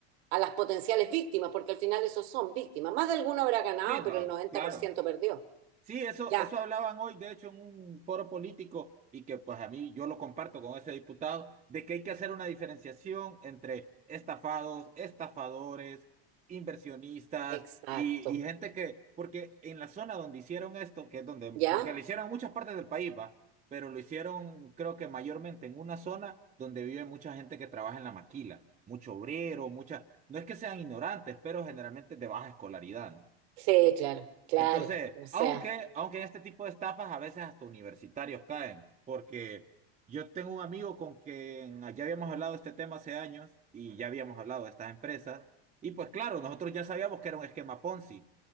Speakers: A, on the right (about 70°); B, on the right (about 20°).
A: a las potenciales víctimas, porque al final esos son víctimas. Más de alguno habrá ganado,
B: Sí, no,
A: pero el noventa
B: claro.
A: por ciento perdió.
B: Sí, eso,
A: Ya,
B: eso hablaban hoy, de hecho, en un foro político, y que pues a mí yo lo comparto con ese diputado, de que hay que hacer una diferenciación entre estafados, estafadores, inversionistas
A: exacto.
B: y, y gente que, porque en la zona donde hicieron esto, que es donde,
A: ¿Ya?
B: porque lo hicieron en muchas partes del país, va, pero lo hicieron creo que mayormente en una zona donde vive mucha gente que trabaja en la maquila, mucho obrero, mucha, no es que sean ignorantes, pero generalmente de baja escolaridad, ¿no?
A: Sí, claro, claro.
B: Entonces,
A: O sea,
B: aunque, aunque en este tipo de estafas a veces hasta universitarios caen, porque yo tengo un amigo con quien ya habíamos hablado de este tema hace años y ya habíamos hablado de estas empresas, y pues claro, nosotros ya sabíamos que era un esquema Ponzi,